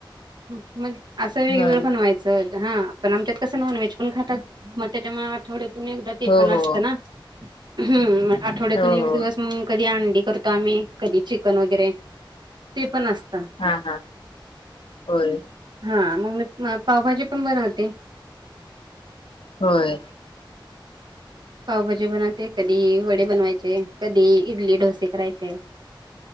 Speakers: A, on the right (about 55°); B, on the left (about 80°).
A: मग असं वेगवेगळं
B: हो
A: बनवायचं हा पण आमच्यात कसं नॉनव्हेज पण खातात. त्याच्यामुळे आठवड्यातून एकदा टे
B: हो
A: पण
B: हो
A: असतं ना ह आठवड्यातून
B: हो
A: एक
B: हो
A: दिवस मग कधी अंडी करतो आम्ही कधी चिकन वगैरे ते पण असत
B: हा हा होय
A: हां मग मी पावभाजी पण बनवते
B: होय
A: पावभाजी बनवते कधी वडे बनवायचे कधी इडली डोसे करायचे आहे